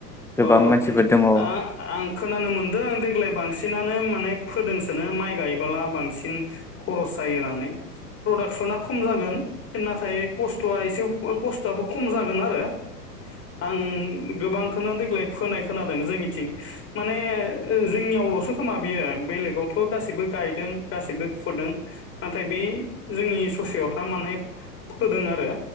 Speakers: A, in the centre; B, on the left (about 30°).
A: गोबां
B: अ
A: मानसिफोर दङ औ
B: आ आं खोनानो मोनदों देग्लाय बांसिनानो माने फोदोंसोनो माइ गायबोला बांसिन खरस जायो होननानै प्रडाक्सना खम जागोन नाथाय खस्थआ एसे खस्थआबो खम जागोन आरो आं गोबां खोनो देग्लाय फोनाय खोनादों जोंनिथिं माने जोंनियावल'सो खोमा बियो बेलेगावथ गासैबो गायदों गासैबो फुदों नाथाय बे जोंनि ससेयावहा माने फोदों आरो।